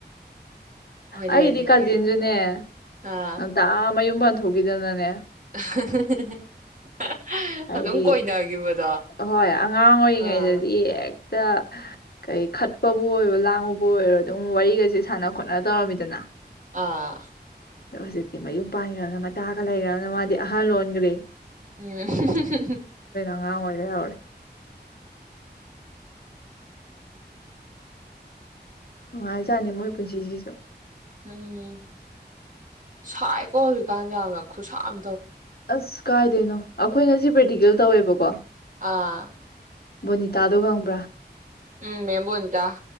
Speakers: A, on the right; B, on the left.
A: ꯍꯣꯏ
B: ꯑꯩꯗꯤ
A: ꯂꯩꯅꯤꯡꯉꯦ
B: ꯀꯥꯖꯤꯟꯁꯨꯅꯦ
A: ꯑꯥ
B: ꯑꯝꯇꯥ ꯃꯌꯨꯝ ꯄꯥꯟ ꯊꯣꯛꯣꯛꯈꯤꯗꯅꯅꯦ
A: <unintelligible>
B: ꯍꯥꯏꯗꯤ
A: ꯑꯗꯨꯝ ꯀꯣꯏꯅꯒꯤꯕꯗꯣ
B: ꯍꯣꯏ ꯑꯉꯥꯡ ꯑꯣꯏꯔꯤꯉꯩꯗꯗꯤ
A: ꯑꯥ
B: ꯍꯦꯛꯇ ꯀꯩ ꯈꯠꯄꯕꯨ ꯑꯣꯏꯔꯣ ꯂꯥꯡꯕꯕꯨ ꯑꯣꯏꯔꯣ ꯑꯗꯨꯝ ꯋꯥꯔꯤꯒꯁꯦ ꯁꯥꯟꯅ ꯈꯣꯠꯅ ꯇꯧꯔꯝꯃꯤꯗꯅ
A: ꯑꯥ
B: ꯑꯗ ꯍꯧꯖꯤꯛꯇꯤ ꯃꯌꯨꯝ ꯄꯥꯟꯈ꯭ꯔꯅ ꯃꯇꯥꯒ ꯂꯩꯈ꯭ꯔꯅ ꯃꯥꯗꯤ ꯑꯍꯜ ꯂꯣꯟꯈ꯭ꯔꯦ
A: ꯎꯝ
B: ꯑꯉꯥꯡ ꯑꯣꯏ ꯂꯩꯍꯧꯔꯦ ꯅꯨꯡꯉꯥꯏꯖꯥꯅꯤ ꯃꯣꯏ ꯄꯨꯟꯁꯤꯁꯤꯁꯨ
A: ꯎꯝ ꯁꯥꯏꯀꯣ ꯍꯧꯖꯤꯛꯀꯥꯟꯁ ꯌꯥꯝꯅ ꯈꯨꯠꯁꯥꯝ
B: ꯑꯁ ꯀꯥꯏꯗꯅꯣ ꯑꯩꯈꯣꯏꯅ ꯁꯤ ꯄ꯭ꯔꯦꯛꯇꯤꯀꯦꯜ ꯇꯧꯋꯦꯕꯀꯣ ꯀ
A: ꯑꯥ
B: ꯕꯣꯅꯤꯇꯥꯗꯣ ꯉꯪꯕ꯭ꯔꯥ
A: ꯎꯝ ꯃꯦꯝꯕꯨꯣꯇ